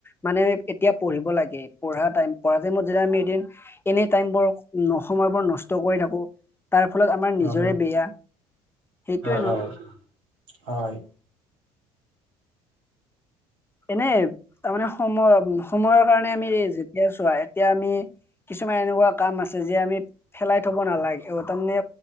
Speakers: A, on the left; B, on the right.
A: মানে এতিয়া পঢ়িব লাগে, পঢ়া টাইম। পঢ়া টাইমত যদি আমি এদিন এনে টাইমবোৰ ন সময়বোৰ নষ্ট কৰি থাকো, তাৰ ফলত আমাৰ নিজৰে
B: হয়
A: বেয়া। সেইটোয়ে
B: হয় হয়
A: ন?
B: হয়।
A: এনেই তাৰমানে সময় সময়ৰ কাৰণে আমি যেতিয়া চোৱা, এতিয়া আমি কিছুমান এনেকুৱা কাম আছে যে আমি ফেলাই থব নালাগে, অ তাৰমানে